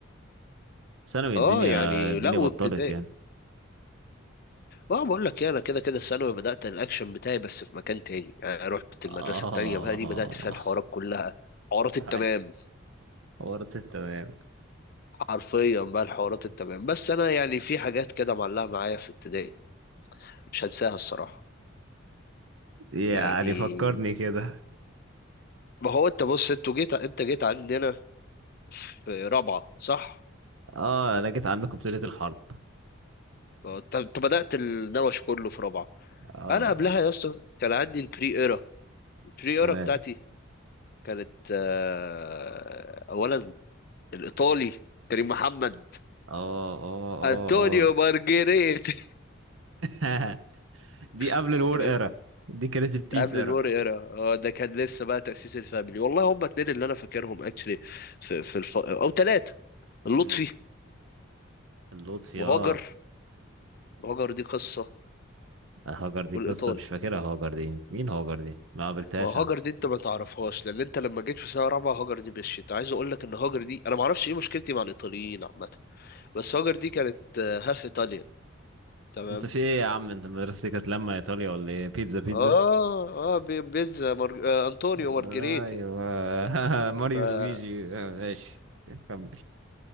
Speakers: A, on the right (about 75°); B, on the left (about 45°).
A: ثانوي
B: اه
A: الدنيا
B: يعني
A: الدنيا
B: لا وابتدائي
A: بطلت يعني
B: اه بقول لك ايه انا كده كده ثانوي بدأت الاكشن بتاعي بس في مكان تاني يعني رحت
A: اه
B: المدرسة التانية بقى دي بدأت فيها الحوارات كلها حوارات التمام
A: <laughs> هاي ورطت تمام
B: حرفيا بقى الحوارات التمام بس انا يعني في حاجات كده معلقة معايا في ابتدائي مش هنساها الصراحة
A: يعني
B: يعني
A: فكرني كده
B: ما هو انت بص انتوا جيت انت جيت عندنا في رابعة صح؟
A: اه انا جيت عندكم بطولة الحرب
B: اه، انت انت بدأت النوش كله في رابعة
A: اه
B: انا قبلها يا اسطى كان عندي البري ايرا البري
A: تمام
B: ايرا بتاعتي كانت آه، اولا الايطالي كريم محمد
A: اه اه
B: انطونيو
A: اه
B: مارجريتي
A: اه <laughs> دي قبل
B: <laughs>
A: الور
B: كريم
A: ايرا دي كانت البيس
B: ده قبل
A: ايرا
B: الور ايرا اه ده كان لسه بقى تأسيس الفاميلي والله هم اتنين اللي انا فاكرهم اكشلي في في الف... او ثلاثة اللطفي
A: مم. اللطفي
B: وهاجر
A: اه
B: وهاجر دي قصة
A: هاجر دي
B: والايطالي
A: قصة مش فاكرها هاجر دي مين هاجر دي ما قابلتهاش
B: ما هاجر
A: انا
B: دي انت ما تعرفهاش لان انت لما جيت في سنه رابعه هاجر دي مشيت عايز اقول لك ان هاجر دي انا ما اعرفش ايه مشكلتي مع الايطاليين عامه بس هاجر دي كانت آه، هاف ايطاليا تمام
A: انت في ايه يا عم انت مدرستك كانت لما ايطاليا ولا ايه بيتزا بيتزا
B: اه اه بي- بيتزا مارج... آه انطونيو
A: ايوه
B: مارجريتي
A: <laughs> ماريو
B: فايا
A: لويجي ماشي كمل